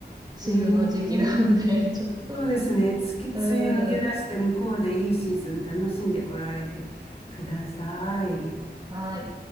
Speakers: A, on the left (about 35°); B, on the right (about 25°).
A: ーん。
B: 梅雨の時期なんで、ちょっと、
A: そうですね。月、
B: うん、
A: 梅雨抜け出して向こうでいいシーズン楽しんでこられてください。
B: はい。